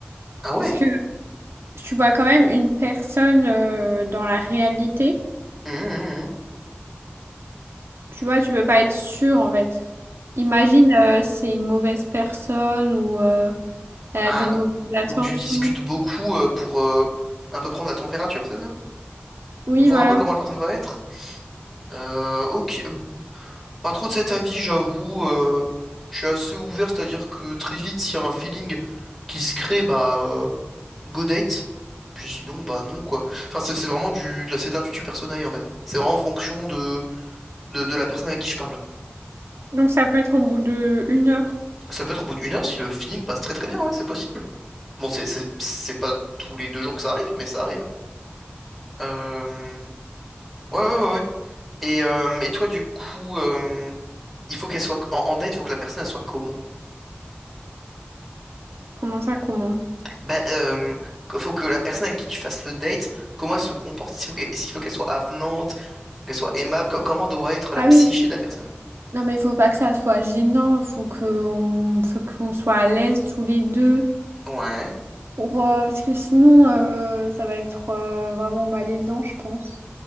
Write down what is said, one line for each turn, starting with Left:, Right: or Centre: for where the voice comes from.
Centre: Ah ouais.
Right: Parce que tu vois quand même une personne euh, dans la réalité.
Centre: Hum, hum, hum.
Right: Tu vois, tu peux pas être sûr en fait. Imagine, euh, c'est une mauvaise personne ou euh, elle a
Centre: Ah
Right: des
Centre: donc,
Right: mauvaises attentions.
Centre: donc tu discutes beaucoup euh, pour euh, un peu prendre la température, c'est ça?
Right: Oui,
Centre: Voir
Right: voilà.
Centre: un peu comment la personne va être. Euh, ok, pas trop de cet avis, j'avoue. euh, je suis assez ouvert, c'est-à-dire que très vite, s'il y a un feeling qui se crée, bah euh, go date. Puis sinon, bah non quoi. Enfin, c'est c'est vraiment du, de la- c'est de l'intuition personnelle en fait. C'est vraiment en fonction de, de de la personne avec qui je parle.
Right: Donc ça peut être au bout de une heure.
Centre: Ça peut être au bout d'une heure si le feeling passe très très bien, ouais, c'est possible. Bon, c'est c'est- c'est pas tous les deux jours que ça arrive, mais ça arrive. Euh, Ouais, ouais, ouais, ouais. Et, euh, et toi, du coup, euh, il faut qu'elle soit... En, en date, il faut que la personne, elle soit comment?
Right: Comment ça, comment?
Centre: Bah, euh, faut que la personne à qui tu fasses le date, comment elle se comporte? Est-ce qu'il faut qu'elle est-ce qu'il faut qu'elle soit avenante? Faut qu'elle soit aimable? Co- comment doit être la
Right: Ah
Centre: psyché
Right: oui, faut-
Centre: de la personne?
Right: non mais faut pas que ça soit gênant. Faut qu'on faut qu'on soit à l'aise tous les deux.
Centre: Ouais.
Right: Pour, euh, parce que sinon, euh, ça va être euh, vraiment malaisant, je pense.